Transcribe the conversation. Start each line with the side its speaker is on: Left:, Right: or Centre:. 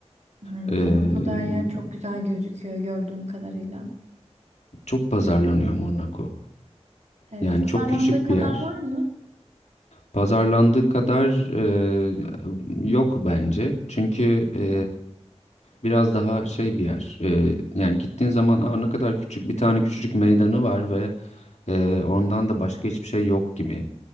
Right: Yani
Left: Ee,
Right: Monaco'da her yer çok güzel gözüküyor gördüğüm kadarıyla.
Left: çok pazarlanıyor Monaco.
Right: Evet,
Left: Yani
Right: pazarlandığı
Left: çok küçük
Right: kadar
Left: bir yer.
Right: var mı?
Left: Pazarlandığı kadar e, yok bence. Çünkü e,
Right: Ya,
Left: biraz daha şey bir yer. E, yani gittiğin zaman Aa, ne kadar küçük bir tane küçücük meydanı var ve e, ondan da başka hiçbir şey yok gibi